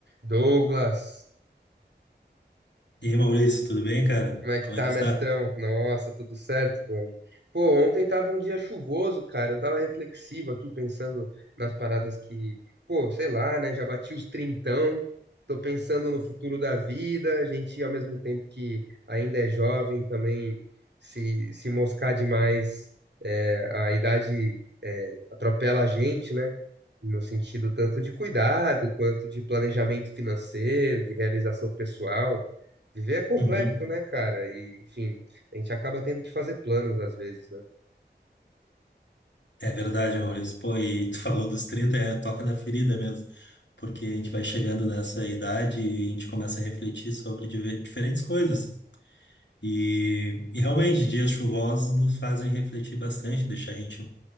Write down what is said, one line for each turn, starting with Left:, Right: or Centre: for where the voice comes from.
Right: Douglas,
Left: E aí, Maurício, tudo bem, cara?
Right: como é que
Left: Como
Right: tá,
Left: é que tu
Right: mestrão?
Left: tá?
Right: Nossa, tudo certo, mano? Pô, ontem tava um dia chuvoso, cara. Eu tava reflexivo aqui, pensando nas paradas que, pô, sei lá, né? Já bati os trintão, tô pensando no futuro da vida. A gente, ao mesmo tempo que ainda é jovem, também se, se moscar demais, é, a idade, é, atropela a gente, né? No sentido tanto de cuidado, quanto de planejamento financeiro, de realização pessoal. Viver é complexo,
Left: Uhum.
Right: né, cara? E, enfim, a gente acaba tendo que fazer planos às vezes, né?
Left: É verdade, Maurício. Pô, e tu falou dos 30, é toca na ferida mesmo, porque a gente vai chegando nessa idade e a gente começa a refletir sobre diver- diferentes coisas. E, e realmente, dias chuvosos nos fazem refletir bastante, deixar a gente um,